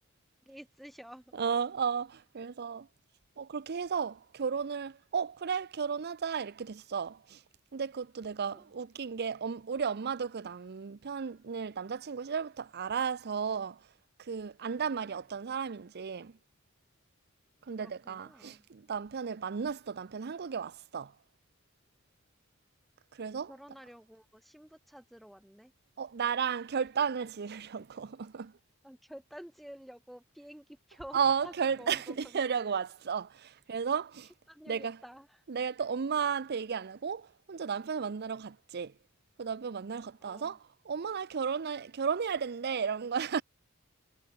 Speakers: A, in the centre; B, on the right.
A: 용기 있으셔.
B: 어, 어, 그래서, 어, 그렇게 해서 결혼을, 어, 그래, 결혼하자, 이렇게 됐어. 근데 그것도 내가
A: 어,
B: 웃긴 게, 엄- 우리 엄마도 그 남편을 남자친구 시절부터 알아서 그, 안단 말이 어떤 사람인지. 근데
A: 그렇구나.
B: 내가 남편을 만났어. 남편 한국에 왔어. 그래서,
A: 결혼하려고
B: 나-
A: 신부 찾으러 왔네.
B: 어, 나랑 결단을 지으려고. <laughs>
A: 아, 결단 지으려고 비행기표 <laughs>
B: 어,
A: 사가지고
B: 결단을 <laughs>
A: 온 거구나.
B: 지으려고 왔어. 그래서,
A: <laughs> 결단력
B: 내가
A: 있다.
B: 내가 또 엄마한테 얘기 안 하고 혼자 남편을 만나러 갔지. 그 남편 만나러 갔다
A: 어.
B: 와서 엄마 나 결혼할 결혼해야 된대 이런 거야.